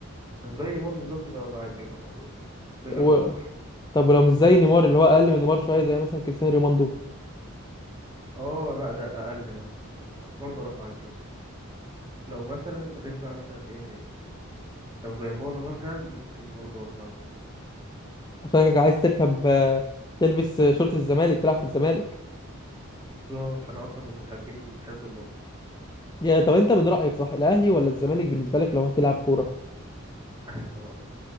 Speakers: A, on the right; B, on the left.
A: لو زي نيمار بالظبط يبقى مع الجيمر على طول من غير
B: و...
A: مفكر
B: طب ولو مش زي نيمار اللي هو اقل من نيمار شويه زي مثلا كريستيانو رونالدو
A: اه لا ده اقل ده بس برضه اروح مع الجمر لو مثلا غير بقى مثلا ايه يعني ايه لو زي مانا مثلا ممكن برضه اروح مع الجمر
B: عشان عايز تركب آه، تلبس آه، شورت الزمالك تلعب في الزمالك
A: بالظبط انا اصلا من محبين حته المطبخ
B: يا طب انت من رايك صح الاهلي ولا الزمالك بالنسبه لك لو هتلعب كوره
A: <laughs> اهلي طبعا